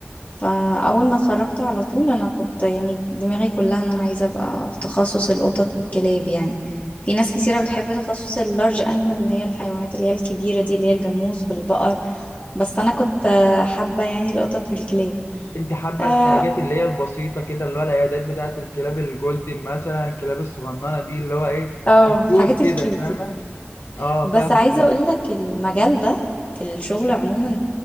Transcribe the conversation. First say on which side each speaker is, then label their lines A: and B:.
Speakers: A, on the left; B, on the left.
A: فأول ما اتخرجت على طول أنا كنت يعني دماغي كلها إن أنا عايزة أبقى في تخصص القطط والكلاب يعني في ناس كثيرة بتحب تخصص اللارج أنيمال اللي هي الحيوانات اللي هي الكبيرة دي اللي هي الجاموس والبقر بس أنا كنت حابة يعني القطط والكلاب
B: انت حابة
A: اه
B: الحاجات اللي هي البسيطة كده اللي هو العيادات بتاعة الكلاب الجولدن مثلا الكلاب الصغننة دي اللي هو ايه
A: آه، الحاجات
B: كود
A: الكيوت
B: كده فاهمة
A: دي
B: اه
A: بس
B: فاهمك
A: عايزة أقولك المجال ده في الشغل عموما